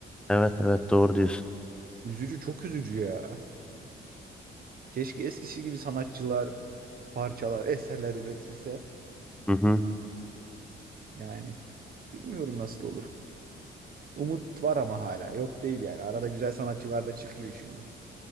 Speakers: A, in the centre; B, on the right.
A: Evet evet doğru diyorsun.
B: Üzücü çok üzücü ya. Keşke eskisi gibi sanatçılar, parçalar, eserler üretilse.
A: Hı hı.
B: Yani bilmiyorum nasıl olur. Umut var ama hala. Yok değil yani. Arada güzel sanatçılar da çıkıyor şimdi.